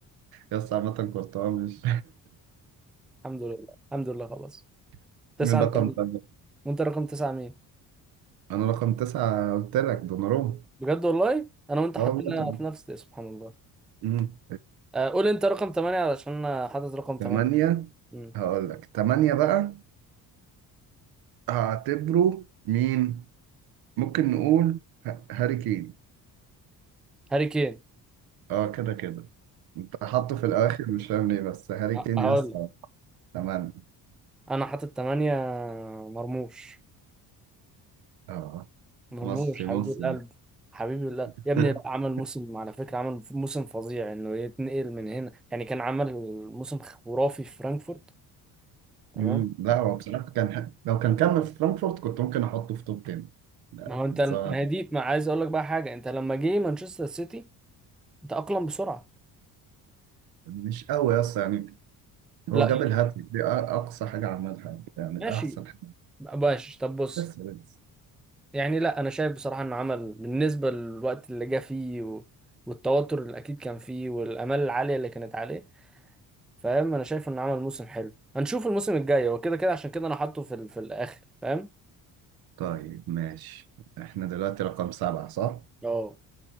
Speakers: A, on the right (about 80°); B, in the centre.
A: يس عامه كورتوا مش
B: الحمد لله الحمد لله خلاص
A: <laughs>
B: تسعة
A: من
B: انت
A: رقم
B: مين؟
A: تمانية
B: وانت رقم تسعة مين؟
A: انا رقم تسعة قلت لك دوناروما
B: بجد والله انا وانت
A: اه
B: حطينا
A: والله تم-
B: في نفس سبحان الله
A: أمم.
B: آه، قول انت رقم 8 علشان انا حاطط رقم 8
A: التمانية
B: مم.
A: هقول لك تمانية بقى هعتبره مين ممكن نقول ه- هاري كين
B: هاري كين
A: اه كده كده انت حاطه في الاخر مش فاهم ليه بس هاري
B: ه-
A: كين
B: هقول
A: يس
B: لك
A: تمانية
B: انا حاطط 8 مرموش
A: اه
B: مرموش
A: مصري
B: حبيب
A: مصري
B: القلب حبيب الله
A: <laughs>
B: يا ابني لا، عمل موسم على فكرة عمل موسم فظيع انه يتنقل من هنا يعني كان عمل موسم خرافي في فرانكفورت تمام
A: مم. لا هو بصراحة كان ح- لو كان كمل في فرانكفورت كنت ممكن أحطه في توب 10 لا
B: ما هو انت
A: بس
B: ما
A: هو
B: هي دي ما عايز اقول لك بقى حاجه انت لما جه مانشستر سيتي تأقلم بسرعه
A: مش قوي أصلا يعني هو
B: لا
A: جاب الهاتريك دي أ- أقصى حاجة عملها يعني
B: ماشي
A: أحسن حاجة
B: ماشي طب بص
A: بس بس
B: يعني لا انا شايف بصراحه انه عمل بالنسبه للوقت اللي جه فيه و... والتوتر اللي اكيد كان فيه والامال العاليه اللي كانت عليه فاهم انا شايف انه عمل موسم حلو هنشوف الموسم الجاي هو كده كده عشان كده انا حاطه في ال... في الاخر فاهم
A: طيب ماشي إحنا دلوقتي رقم سبعة صح؟
B: اه